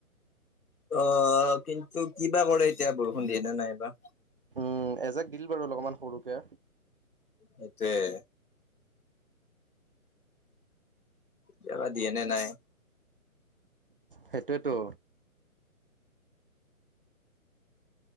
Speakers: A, on the left (about 85°); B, on the right (about 40°).
A: অ', কিন্তু কিবা কৰে এতিয়া বৰষুণ দিয়ে নে নাইবা।
B: উম, এজাক দিলে বাৰু অলপমান সৰুকে।
A: ইয়াতেই। এতিয়াবা দিয়ে নে নাই?
B: সেইটোৱেতো।